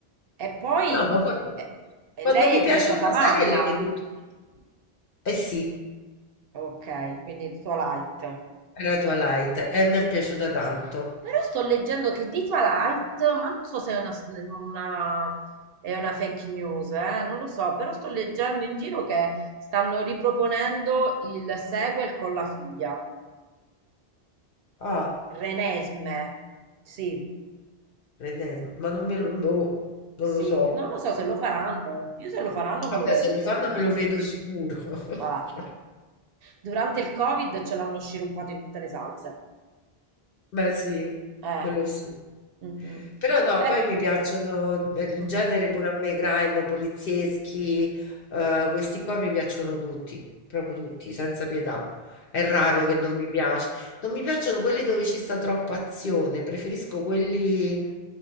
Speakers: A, on the right; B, on the left.
A: E poi
B: No, ma quando,
A: eh, e
B: quando
A: lei
B: mi
A: è diventata
B: piace una
A: mamma.
B: serie la vedo tutta. Eh sì,
A: Ok, quindi di Twilight.
B: era Twilight e mi
A: Sì.
B: è piaciuta tanto.
A: Però sto leggendo che di Twilight, ma non so se è una, una- è una fake news, eh, non lo so, però sto leggendo in giro che stanno riproponendo il sequel con la figlia.
B: Ah,
A: Renesme. Sì,
B: l'ennesima, ma non me lo... boh, non
A: sì.
B: lo so.
A: No, Non lo so se lo faranno. Io se lo faranno
B: Vabbè,
A: me lo vedo,
B: se lo fanno
A: ovviamente.
B: me lo vedo sicuro. <laughs>
A: Cioè, durante il Covid ce l'hanno sciroppato in tutte le salse.
B: Beh sì,
A: Eh.
B: quello sì.
A: mm, mm.
B: Però no,
A: Beh,
B: poi mi piacciono eh, il
A: mm,
B: genere pure a me, crime, polizieschi, eh, questi qua mi piacciono tutti, proprio tutti, senza pietà. È raro
A: sì, sì.
B: che non mi piace. Non mi piacciono quelli dove ci sta troppa azione, preferisco quelli